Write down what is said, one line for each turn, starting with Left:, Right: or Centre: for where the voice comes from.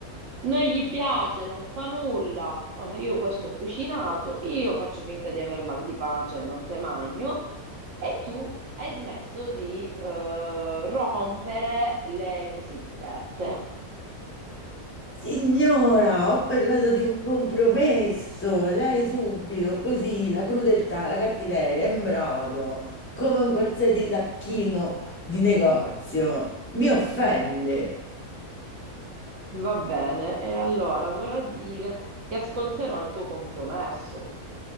Right: Non gli piace, non fa nulla. Oh, io questo ho cucinato, io faccio finta di aver mal di pancia e non te magno. E tu hai smesso di eh, rompere le cosiddette.
Left: Signora, ho parlato di un compromesso. Lei subito, così, la crudeltà, la cattiveria, in brodo, come un qualsiasi tacchino di negozio, mi offende.
Right: Va bene, e allora vorrà dire che ascolterò il tuo compromesso.